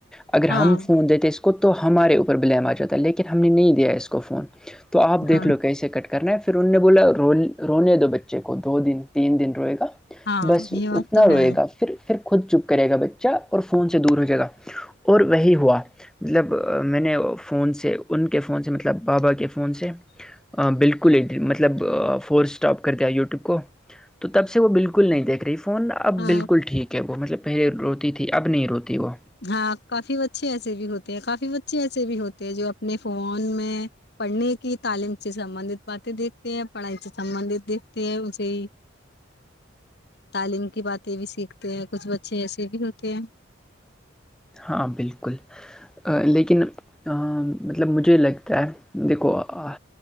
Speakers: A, in the centre; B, on the left.
A: اگر
B: ہاں
A: ہم فون دتےس تو ہمارے اوپر بلیم آ جاتا ہے لیکن ہم نے نہیں دیا اس کو فون تو آپ دیکھ
B: ہاں
A: لو کیسے کٹ کر کرنا ہے پھر ان نے بولا ر رونے دو بچے کو دو دن تین دن روئے گا
B: ہاں
A: بس
B: یہ بات
A: اتنا
B: تو
A: روئے
B: ہے
A: گا پھر پھر خود چپ کرے گا بچہ اور فون سے دور ہو جائے گا اور وہی ہوا مطلب میں نے فون سے ان کے فون سے مطلب بابا کے فون سے بالکل مطلب فور اسٹاپ کر دیا یوٹیوب کو تو تب سے وہ بالکل نہیں دیکھ رہی فون اب
B: ہاں
A: بالکل ٹھیک ہے وہ مطلب پہلے روتی تھی اب نہیں روتی وہ
B: ہاں کافی بچے ایس بھی ہوتے ہیں کافی کافی بچے ایسے بھی ہوتے ہیں جو اپنے فون میں پڑھنے کی تعلیم سے سبندت باتیں دیکھتے ہیں پڑھائی سے سبندت دیکھتے ہیں اسے تعلیم کی باتیں بھی سیکھتے ہیں کچھ بچے ایسے بھی ہوتے ہیں
A: ہاں بالکل لیکن مطلب مجھے لگتا ہے دیکھو ا